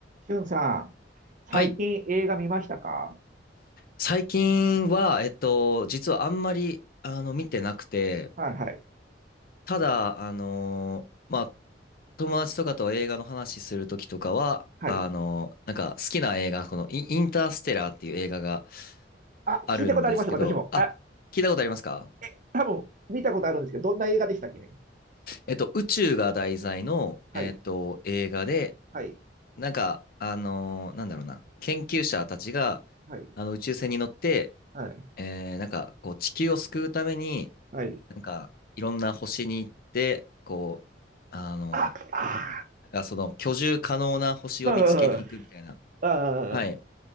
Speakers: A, on the right; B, on the left.
A: しゅんさん、最近映画見ましたか
B: はい。最近は、えっと、実はあんまり、あの、見てなくて、
A: はいはい。
B: ただ、あのーまあ、友達とかと映画の話するときとかは、
A: はい。
B: あのーなんか好きな映画、このイン、インターステラーっていう映画が
A: あ、
B: あるんですけど、
A: 聞いたことあります、私も。
B: あ、
A: あ、
B: 聞いたことありますか
A: え、多分見たことあるんですけど、どんな映画でしたっけね。
B: えっと、宇宙が題材の、
A: はい。
B: えっと、映画で、
A: はい。
B: なんか、あのーなんだろうな、研究者たちが、
A: はい。
B: あの、宇宙船に乗って、
A: はい。
B: えーなんか、こう、地球を救うために、
A: はい。
B: なんか、いろんな星に行って、こう、あの、
A: あ、あ
B: あその居住可能な星を見つけに行くみたいな。
A: ー、うんうんあー、
B: はい。っ